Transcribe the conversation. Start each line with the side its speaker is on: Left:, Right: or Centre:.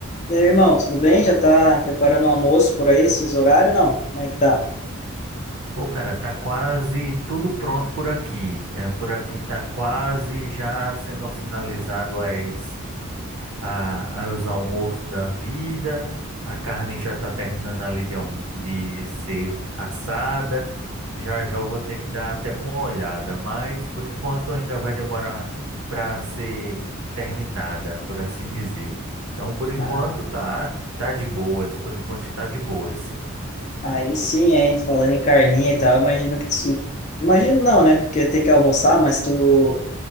Left: Daí, irmão, tudo bem? Já tá preparando o almoço por aí, esses horários? Não, como é que tá?
Right: Pô, cara, tá quase tudo pronto por aqui. É, por aqui tá quase já sendo finalizado as, a, a- os almoços da vida. A carne já tá terminando ali de, alm- de ser assada. Já já eu vou ter que dar até uma olhada, mas por enquanto ainda vai demorar para ser terminada, por assim dizer. Então, por enquanto
Left: Ah,
Right: tá, tá de boas. Por enquanto está de boas.
Left: aí sim, hein? Falando em carninha e tal, imagino que tu... Imagino não, né? Porque tem que almoçar, mas tu